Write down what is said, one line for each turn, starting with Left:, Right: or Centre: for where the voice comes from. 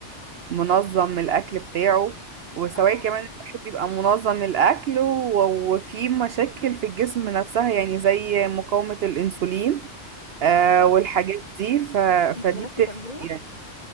Right: منظم الأكل بتاعه وسواء
Left: اه
Right: كمان الواحد بيبقى منظم الأكل و- وفي مشاكل في الجسم نفسها يعني زي مقاومة الأنسولين آه
Left: صح
Right: والحاجات دي ف...
Left: انت
Right: فدي
Left: درستي
Right: بتفرق
Left: تغذية
Right: يعني